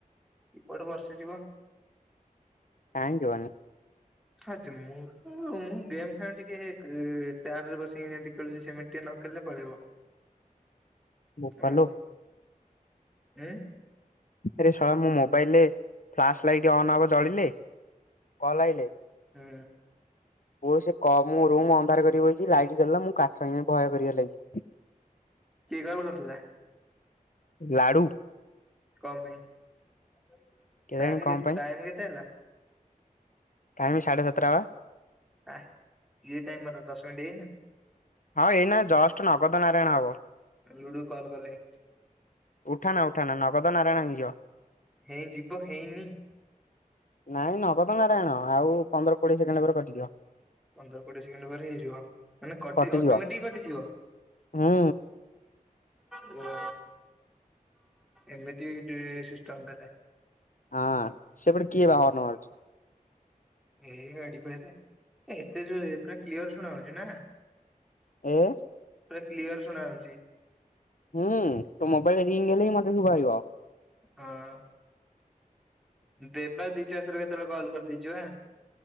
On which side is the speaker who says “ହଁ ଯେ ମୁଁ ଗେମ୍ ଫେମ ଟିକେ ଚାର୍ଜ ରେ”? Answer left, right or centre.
Centre